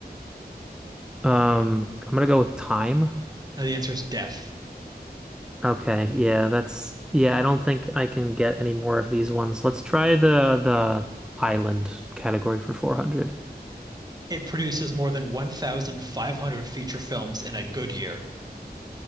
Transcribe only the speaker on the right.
Now, the answer is death.
It produces more than 1,500 feature films in a good year.